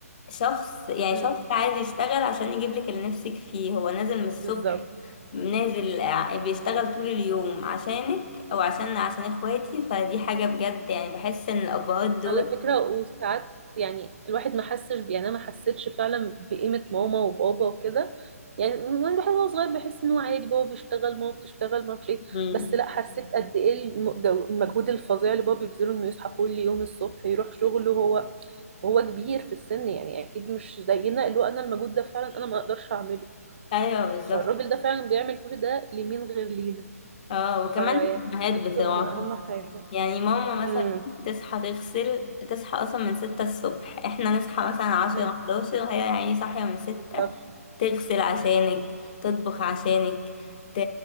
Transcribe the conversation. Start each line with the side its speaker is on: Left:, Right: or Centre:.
Left: شخص يعني
Right: امم
Left: شخص عايز يشتغل عشان يجيب لك اللي نفسك فيه هو نازل من الصبح
Right: بالظبط
Left: نازل ع- بيشتغل طول اليوم عشانك او عشان عشان اخواتي فدي حاجة بجد يعني بحس ان الابهات دول
Right: على فكره وساعات يعني الواحد ما حسش ب- يعني انا ما حسيتش فعلا بقيمه ماما وبابا وكده يعني من الواحد وهو صغير بيحس انه عادي بابا بيشتغل ماما بتشتغل ما اعرفش ايه
Left: مم.
Right: بس لا حسيت قد ايه الم- جو- المجهود الفظيع اللي بابا بيبذله انه يصحى كل يوم الصبح يروح شغله هو وهو كبير في السن يعني اكيد مش زينا اللي هو انا المجهود ده فعلا انا ما اقدرش اعمله
Left: ايوه بالظبط
Right: فالراجل ده فعلا بيعمل كل ده لمين غير لينا
Left: اه وكمان
Right: فيعني
Left: الامهات
Right: بجد
Left: بصراحه
Right: هم اهم حاجه
Left: يعني ماما مثلا
Right: امم
Left: تصحى تغسل تصحى اصلا من ستة الصبح احنا نصحى مثلا عشرة
Right: أمم.
Left: حداشر هي يعني صاحيه من ستة
Right: بالظبط
Left: تغسل عشانك تطبخ عشانك ت...